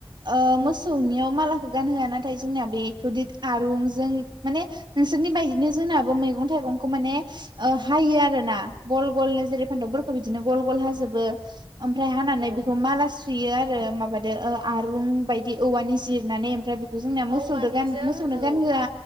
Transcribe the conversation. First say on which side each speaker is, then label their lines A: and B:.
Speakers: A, on the right; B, on the right.
A: ओ मोसौनियाव मालाखौ गानहोआ नाथाय जोंनाया बे दिद आरुंजों माने नोंसोरनि बायदिनो जोंनाबो मैगं थाइगंखौ माने ओ हायो आरो ना गल गल जेरै फान्थावफोरखौ बिदिनो गल गल हाजोबो। ओमफ्राय हानानै
B: औ
A: बेखौ माला सुयो आरो माबादो ओ आ रुं बायदि औवानि जिरनानै ओमफ्राय बे जोंना मोसौदो
B: औवानिजों
A: गान-मोसौनो
B: औ
A: गानहोआ